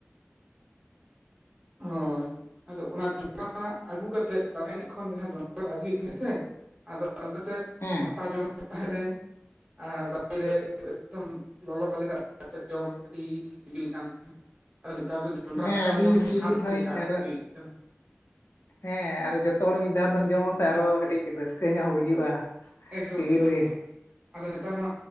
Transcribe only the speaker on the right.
ᱦᱳᱭ ᱟᱫᱚ ᱚᱱᱟ ᱡᱚᱱᱰᱨᱟ ᱟᱹᱜᱩ ᱠᱟᱛᱮᱜ ᱫᱟᱸᱥᱟᱭ ᱮᱱᱮᱡ ᱠᱷᱚᱱ ᱡᱟᱦᱟᱸ ᱡᱚᱱᱰᱨᱟ ᱞᱮ ᱟᱹᱜᱩᱭᱮᱫ ᱛᱟᱦᱮᱸᱜ ᱥᱮ ᱟᱫᱚ ᱟᱹᱜᱩ ᱠᱟᱛᱮᱫ
ᱟᱛᱟ ᱡᱚᱢ ᱮᱛ ᱛᱟᱸᱦᱮᱞᱮ ᱟᱨ ᱵᱟᱞᱤ ᱨᱮ ᱮᱠᱫᱚᱢ ᱞᱚᱞᱚ ᱵᱟᱞᱤ ᱨᱮ ᱛᱮᱫ ᱡᱚᱢ ᱟᱹᱰᱤ ᱥᱤᱵᱤᱞ ᱠᱟᱱ ᱛᱟᱦᱮᱸᱫ, ᱟᱫᱚ ᱱᱮᱛᱟᱨ ᱫᱚ ᱡᱚᱱᱰᱨᱟ
ᱟᱛᱟ
ᱡᱚᱢ ᱦᱚᱸ
ᱥᱟᱫ
ᱞᱮᱠᱟ᱾
<unintelligible> ᱠᱟᱱᱟ
ᱮᱠᱫᱚᱢ
ᱮᱠᱫᱚᱢ
ᱟᱫᱚ ᱱᱮᱛᱟᱨ ᱢᱟ